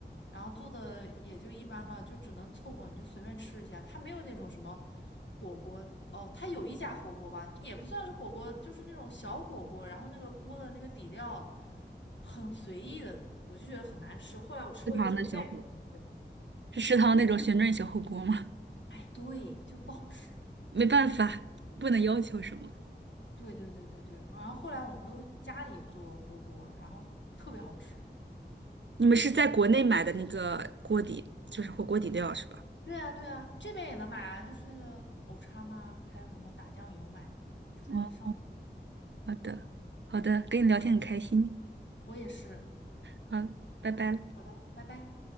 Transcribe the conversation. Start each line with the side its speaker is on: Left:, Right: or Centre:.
Left: 然后做的也就一般嘛，就只能凑合，你就随便吃一下。他没有那种什么火锅哦，他有一家火锅吧，也不算是火锅，就是那种小火锅，然后那个锅的那个底料很随意的，我就觉得很难吃。后来我吃过一次，
Right: 食堂的小火锅
Left: 我再也不想吃。
Right: 是食堂那种旋转小火锅吗？
Left: 哎，对，就不好吃。
Right: 没办法，不能要求什么。
Left: 对对对对对，然后后来我们都家里做火锅，然后特别好吃。
Right: 你们是在国内买的那个锅底，就是火锅底料是吧？
Left: 对啊对啊，这边也能买啊，就是那个藕叉妈，还有什么打酱油买的，我是在上面买。
Right: 哦，好的，好的，跟你聊天很开心，
Left: 我也是。
Right: 好，拜拜
Left: 好的，拜拜。